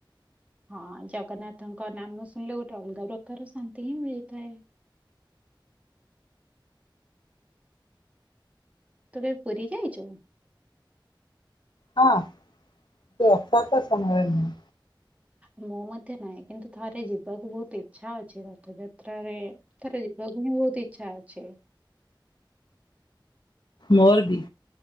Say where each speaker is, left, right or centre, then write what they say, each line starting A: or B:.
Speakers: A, on the right; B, on the left.
A: ହଁ ଜଗନ୍ନାଥଙ୍କ ନାମ ଶୁଣିଲେ ଗୋଟେ ଅଲଗା ପ୍ରକାର ଶାନ୍ତି ହିଁ ମିଳିଥାଏ। ତୁ କେବ୍ ପୁରୀ ଯାଇଛୁ?
B: ହଁ ସେ ରଥ ଯାତ୍ରା ସମୟରେ ନୁହଁ।
A: ମୁଁ ମଧ୍ୟ ନାହିଁ କିନ୍ତୁ ଥରେ ଯିବାକୁ ବହୁତ ଇଚ୍ଛା ଅଛି ରଥଯାତ୍ରରେ ଥରେ ଯିବାକୁ ହିଁ ବହୁତ ଇଚ୍ଛା ଅଛେ।
B: ମୋର ବି।